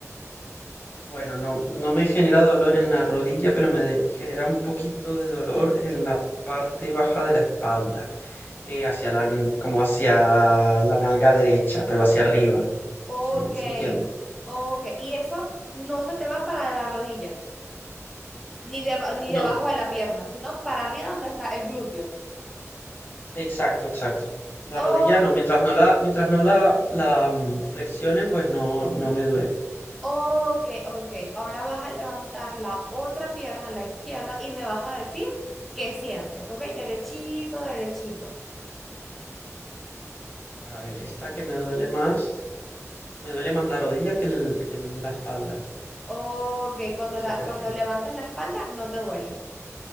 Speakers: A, on the left; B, in the centre.
A: Bueno, no, no me genera dolor en la rodilla, pero me de- genera un poquito de dolor en la parte baja de la espalda. eh, hacia la, n- como hacia la nalga derecha, pero hacia arriba.
B: Ok,
A: Si me, si entiendes?
B: ok. Y eso no se te va para la rodilla, ni, deba- ni
A: No.
B: debajo de la pierna, sino para arriba donde está el glúteo.
A: Exacto, exacto. La
B: Oh,
A: rodilla no, mientras no la, mientras no la, la mm, flexione, pues no, no me duele.
B: ok, ok. Ahora vas a levantar la otra pierna, la izquierda, y me vas a decir qué sientes. Ok, derechito, derechito.
A: A ver, esta que me duele más, me duele más la rodilla que, el- que la espalda.
B: Ok, cuando,
A: No
B: la,
A: sé por
B: cuando
A: qué.
B: levantas la espalda no te duele.